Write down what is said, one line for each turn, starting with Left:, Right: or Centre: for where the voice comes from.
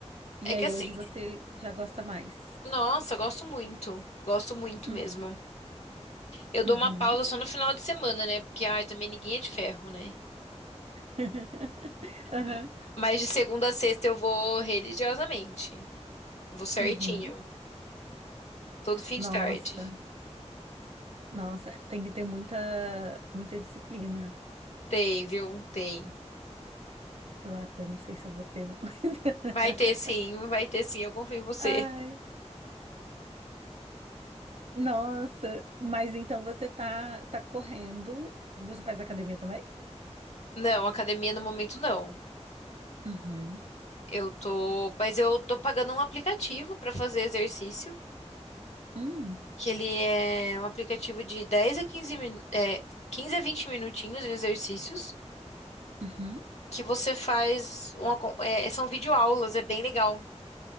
Right: E
Left: É
Right: aí,
Left: que assim,
Right: hoje você já gosta mais.
Left: Nossa, gosto muito. Gosto muito
Right: Uhum.
Left: mesmo. Eu dou
Right: Uhum.
Left: uma pausa só no final de semana, né? Porque, ai, também ninguém é de ferro, né?
Right: <laughs> Aham.
Left: M- Mas de segunda a sexta eu vou religiosamente. Vou certinho.
Right: Uhum.
Left: Todo fim
Right: Nossa,
Left: de tarde.
Right: nossa, tem que ter muita, muita disciplina.
Left: Tem, viu? Tem.
Right: Eu, a- eu não sei se eu vou ter, não. <laughs>
Left: Vai ter sim, vai ter sim. Eu confio em você.
Right: Ai, nossa, mas então você tá, tá correndo. Você faz academia também?
Left: Não, academia no momento não.
Right: Uhum.
Left: Eu tô. Mas eu tô pagando um aplicativo pra fazer exercício.
Right: Hum.
Left: Que ele é um aplicativo de 10 a 15, min- é, 15 a 20 minutinhos de exercícios.
Right: Uhum.
Left: que você faz uma, con- é, são videoaulas, é bem legal.